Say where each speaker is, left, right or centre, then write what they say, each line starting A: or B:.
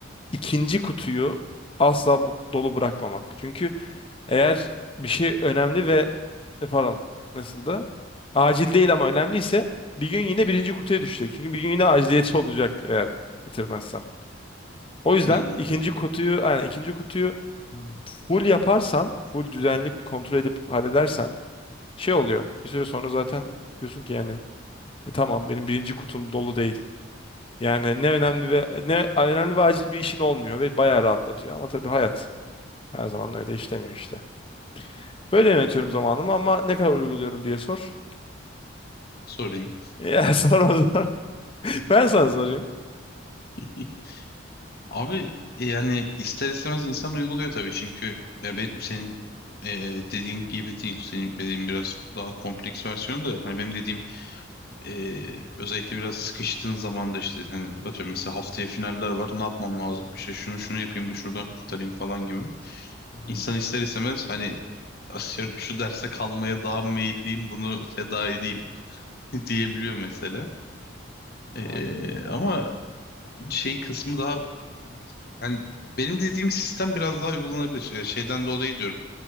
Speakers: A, on the left; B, on the left.
A: ikinci kutuyu asla bu- dolu bırakmamak. Çünkü Eğer bir şey önemli ve e, pardon nasıldı? Acil değil ama önemliyse bir gün yine birinci kutuya düşecek. Çünkü bir gün yine aciliyeti <laughs> olacak eğer bitirmezsen. O yüzden
B: Ne Anladım.
A: ikinci kutuyu yani ikinci kutuyu full yaparsan full düzenli kontrol edip halledersen şey oluyor. Bir süre sonra zaten diyorsun ki yani "E, tamam benim birinci kutum dolu değil. Yani ne önemli ve ne önemli ve acil bir işin olmuyor ve bayağı rahatlatıyor. Ama tabii hayat her zaman öyle işlemiyor işte. Böyle yönetiyorum zamanımı ama ne kadar uyguluyorum diye sor.
B: Sorayım.
A: Ya <laughs> sor o zaman. <laughs> Ben sana sorayım.
B: <laughs> Abi yani ister istemez insan uyguluyor tabii çünkü ya be- senin e, dediğin gibi değil. Senin dediğin biraz daha kompleks versiyonu da hani benim dediğim e, özellikle biraz sıkıştığın zaman da işte hani atıyorum mesela haftaya finaller var ne yapmam lazım işte şunu şunu yapayım bu şuradan kurtarayım falan gibi.
A: Hı hı.
B: İnsan ister istemez hani atıyorum şu derse kalmaya daha meyilliyim bunu feda edeyim <laughs> diyebiliyor mesela. E,
A: Aynen.
B: ama şey kısmı daha yani benim dediğim sistem biraz daha uygulanabilir. Ee, şeyden dolayı diyorum.